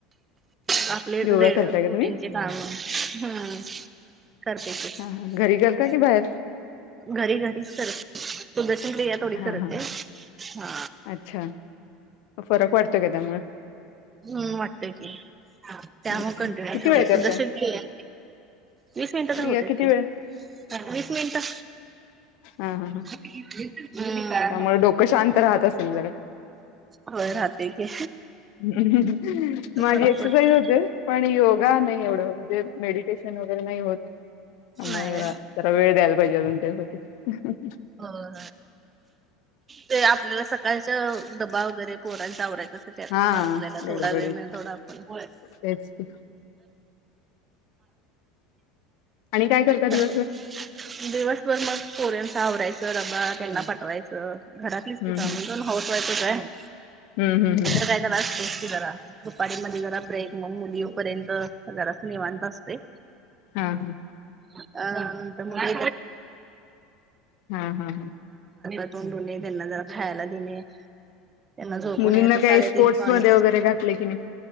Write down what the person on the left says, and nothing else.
योगा
करताय का
तुम्ही
हा हा घरी करता की बाहेर
हा
हा
अच्छा फरक वाटतो का त्यामुळे?
अच्छा
किती
वेळ
करताय
क्रिया
किती
वेळ
हम्म हम्म हम्म
त्यामुळे डोकं शांत राहत असेल जरा
माझी
एक्सरसाईज
होते पण योगा नाही एवढं होत म्हणजे मेडी पेशंट वगैरे नाही होत त्यामुळे
जरा जरा वेळ द्यायला पाहिजे अजून त्यासाठी
हा
गडबडीत
तेच की. आणि काय करता दिवसभर
हम्म
हम्म हम्म
हा हा
हा हा हा हा
मुलींना
काही स्पोर्ट्स
मध्ये
वगैरे घातले की नाही